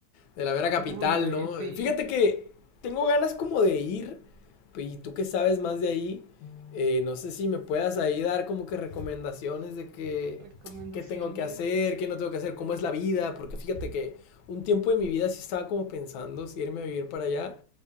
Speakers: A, on the left; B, on the right.
A: de la mera capital,
B: Urbe,
A: ¿no?
B: sí.
A: Fíjate que tengo ganas como de ir, y tú que sabes más de ahí, eh, no sé si me puedas ahí dar como que recomendaciones de que,
B: Recomendaciones.
A: qué tengo que hacer, qué no tengo que hacer, cómo es la vida, porque fíjate que un tiempo de mi vida sí estaba como pensando si irme a vivir para allá,